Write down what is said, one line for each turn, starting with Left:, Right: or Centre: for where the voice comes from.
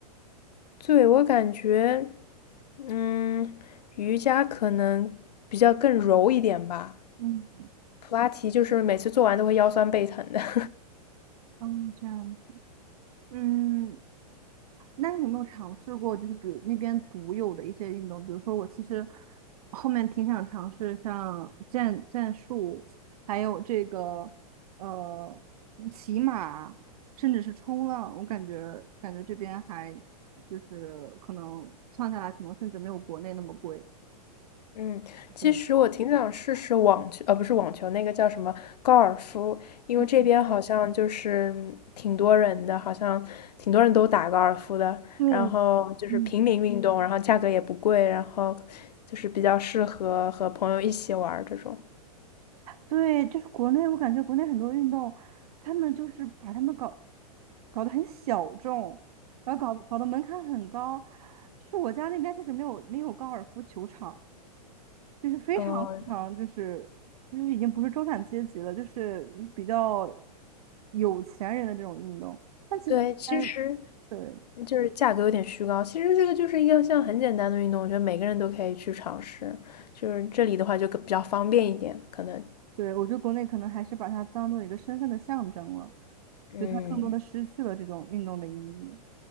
Left: 对，我感觉，嗯，瑜伽可能比较更柔一点吧，
Right: 嗯，
Left: 普拉提就是每次做完都会腰酸背疼的。<laughs>
Right: 哦，这样，嗯，那你有没有尝试过，就是比如那边独有的一些运动？比如说，我其实后面挺想尝试像剑剑术，还有这个呃骑马，甚至是冲浪。我感觉感觉这边还就是可能算下来，可能甚至没有国内那么贵。
Left: 嗯，其实我挺想试试网球，
Right: 对，
Left: 呃，不是网球，那个叫什么高尔夫，因为这边好像就是挺多人的，
Right: 嗯，
Left: 好像挺多人都打高尔夫的，
Right: 对，
Left: 然后就是平民运动，
Right: 嗯。
Left: 然后价格也不贵，然后就是比较适合和朋友一起玩儿这种。
Right: 对，就是国内，我感觉国内很多运动，他们就是把他们搞搞得很小众，然后搞搞得门槛很高。就是我家那边确实没有没有高尔夫球场，就是非常非常就是就是已经不是中产阶级了，
Left: 嗯，
Right: 就是比较有钱人的这种运动。但其实这边，
Left: 对，其实
Right: 对
Left: 就是价格有点虚高，其实这个就是一个像很简单的运动，我觉得每个人都可以去尝试，就是这里的话就更比较方便一点，可能，
Right: 对，我觉得国内可能还是把它当做一个身份的象征了，
Left: 嗯。
Right: 就它更多的失去了这种运动的意义。